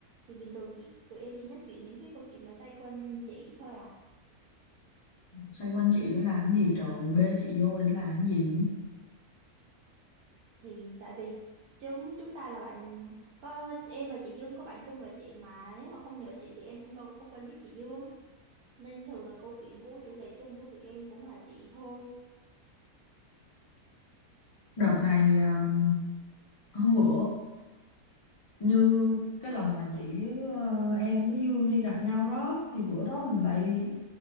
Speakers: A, on the right; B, on the left.
A: Thì bình thường chị tụi em chỉ nói chuyện những cái câu chuyện mà xoay quanh chị thôi à.
B: xoay quanh chị để làm cái gì trời bê chị vô để làm cái gì
A: Thì tại vì chúng chúng ta là bạn có em và chị Dương có bạn chung là chị mà nếu mà không nhờ chị thì em cũng đâu có quen biết chị Dương. Nên thường là câu chuyện của chủ đề chung của tụi em cũng là chị thôi.
B: đợt này ờ, hôm bữa như cái lần mà chị với ờ, em với Dương đi gặp nhau đó thì bữa đó mình lại